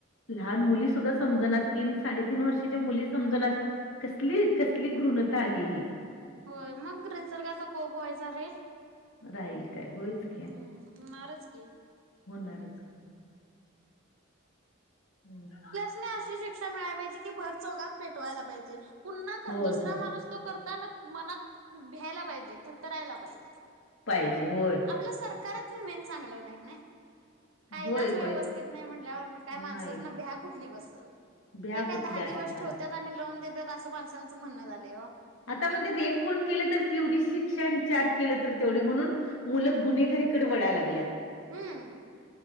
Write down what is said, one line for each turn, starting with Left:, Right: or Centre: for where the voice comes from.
Left: लहान मुली सुद्धा समजणात, तीन साडेतीन वर्षाच्या मुली समजणात. कसली कसली घृणता आली ही.
Right: होय मग निसर्गाचा कोप व्हायचा राहील.
Left: राहील काय होयचं.
Right: हम्म हुणारचं की.
Left: हुणारचं हम् <unintelligible>
Right: तेला अशी शिक्षा मिळाय पाहिजे की भर चौकात पेटवायला पाहिजे पुन्हा
Left: होय,
Right: दुसरा
Left: होय.
Right: माणूस तो करताना मनात भ्यायला पाहिजे, थरथरायला पाहिजे.
Left: पाहिजे होय.
Right: आपलं सरकारच मेन चांगलं नाही ना. कायदाच
Left: होय होय
Right: व्यवस्थित नाही म्हटल्यावर काय
Left: नाही
Right: माणसांसन भ्या कुठली बसल
Left: भ्या
Right: हे काय
Left: कुठल्या
Right: दहा
Left: असणार
Right: दिवस ठेवतात आणि लोन देतात असं माणसांचं म्हणणं झालंय हो
Left: आता म्हणतात एक खुन केले तर तेवढी शिक्षण चार केलं तर तेवढी म्हणून मुले गुन्हेगारीकडे वळायला लागल्यात.
Right: हम्म